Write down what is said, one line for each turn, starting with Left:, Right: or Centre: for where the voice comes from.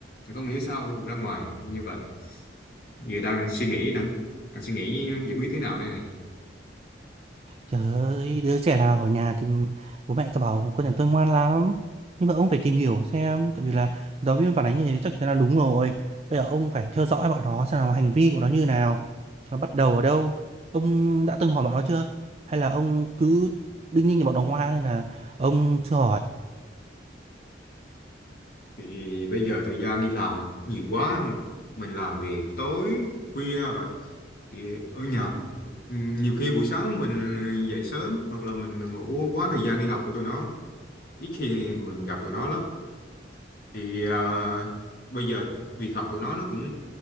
Left: Thì không hiểu sao ra ngoài như vậy giờ đang suy nghĩ đang, đang suy nghĩ giải quyết thế nào đây này
Right: Trời ơi, đứa trẻ nào ở nhà thì bố mẹ cứ bảo con nhà tôi ngoan lắm. Nhưng mà ông phải tìm hiểu xem, tại vì là giáo viên phản ánh như thế chắc chắn là đúng rồi. Bây giờ ông phải theo dõi bọn nó xem là hành vi của nó như nào, nó bắt đầu ở đâu. Ông đã từng hỏi bọn nó chưa? Hay là ông cứ đinh ninh như bọn nó ngoan nên là ông chưa hỏi?
Left: thì bây giờ thời gian đi làm nhiều quá không ạ? mình làm thì tối khuya vậy thì ở nhà nhiều khi buổi sáng mình dậy sớm hoặc là mình ngủ quá thời gian đi học của tụi nó ít khi mình gặp tụi nó lắm thì ờ, bây giờ việc học của nó nó cũng